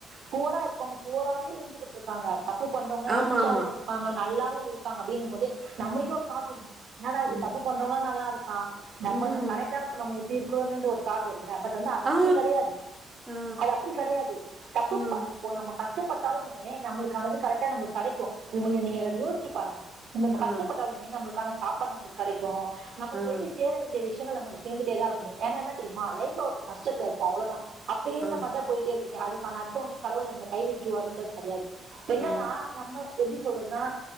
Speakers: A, on the right; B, on the right.
A: புவரா இருக்கவங்க புவராவே இருந்துகுட்டு இருக்காங்க தப்பு பண்றவங்களா
B: ஆமாமா.
A: ரிச்சாவு இரு கங்க நல்லாவு இருக்காங்க அப்டின்னும் போது நம்மளுக்கே ஒரு <unintelligible> தோனு என்னடா இது
B: ம்
A: தப்பு பண்றோவ்லா நல்லா இருக்கா
B: ம்.
A: நம்ம ந கரெக்டா இருக்கோ நம்ம இப்டி இருக்கோமென்ற ஒ தாட் வரு இல்ல பட் வந்து அது அப்படி
B: ஆ
A: கெடையாது
B: ஆ
A: அது அப்படி கெடையாது தப்புப்பா
B: ம்.
A: இப்போ நம்ம கஷ்டப்பட்டாலுமே நம்புளுக்கானது கரெக்டா நம்புளுக்கு கெடைக்கு உங்கள நீங்க அத யோசிச்சி பாருங்க நம்ம
B: ஆ
A: கஷ்டப்பட்டாலுமே நம்பளுக்கான சாப்பாடு நம்மளுக்கு கடைக்கு ஆ நம்மளுக்கு
B: ஆ
A: வேண்டிய சேர வேண்டிய விஷியங்கள் நம்மளுக்கு சேந்துட்டேதா இருக்குமே ஏன்னான தெரியுமா லைப்ல ஒரு கஷ்டத்துல இருப்போ அவ்வளொதா அப்டியேருந்த
B: ஆ
A: மாரிதா போயிட்டே இருக்குங்க அதுகான அர்தொ வந்து கடவுள் நம்மள கை விட்றுவாருண்ரது கெடையாது என்னனா
B: ஆ.
A: நம்ம எப்டி சொல்றதுன்னா